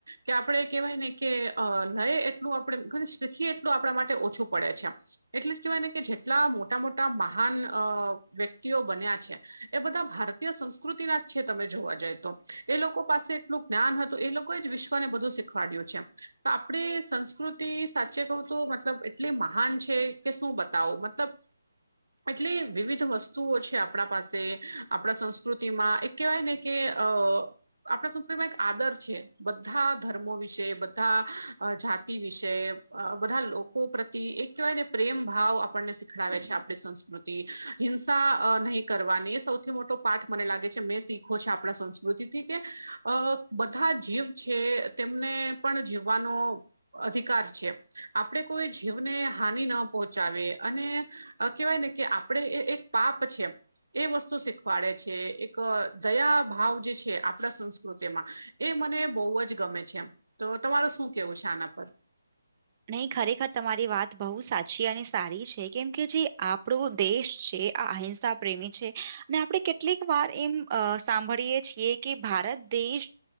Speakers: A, on the right; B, on the right.
A: કે આપડણે કેહેવાય ને કે અ લઈ એટલું આપણે ઘ શીખીએ એટલું આપણા માટે ઓછું પડે છેમ એટલે જ કેહેવાય ને કે જેટલા મોટા મોટા મહાન વ્યક્તિ બન્યા છે એ બધા ભારતીય સંસ્કૃતિના જ છે, તમે જોવા જાય તો એ લોકો પાસે એટલું જ્ઞાન હતું એ લોકો જ વિશ્વને બધું શીખવાડ્યું છે. આપણે સંસ્કૃતિ સાચે કહું તો મતલબ એટલી મહાન છે, કે શું બતાવો મતલબ એટલે વિવિધ વસ્તુઓ છે, આપણા પાસે આપણા સંસ્કૃતિમાં એક કહેવાય ને કે અ આપણા સંસ્કૃતિમાં એક આદર છે. બધા ધર્મો વિશે બધા જાતિ વિશે બધા લોકો પ્રતિ એક વાય ને પ્રેમ ભાવ આપણને શીખડાવે છે આપણી સંસ્કૃતિ હિંસા નહીં કરવાની સૌ સૌથી મોટો પાઠ મને લાગે છે મેં શીખો છે આપણા સંસ્કૃતિથી કે અ બધા જીવ છે તેમને પણ જીવવાનો અધિકાર છે આપણે કોઈ જીવને હાનિ ન પહોંચાવે અને કેહેવાય ને કે આપડે એ એક પાપ છે. એ વસ્તુ શીખવાડે છે એક દયા ભાવ જે છે આપણા સંસ્કૃતિમાં એ મને બહુ જ ગમે છે એમ તો તમાર શું કેવું છે આના પર?
B: નહીં ખરેખર તમારી વાત બહુ સાચી અને સારી છે કેમ કે જે આપણો દેશ છે. અહિંસા પ્રેમી છે અને આપણે કેટલીક વાર એમ સાંભળીએ છીએ કે ભારત દેશ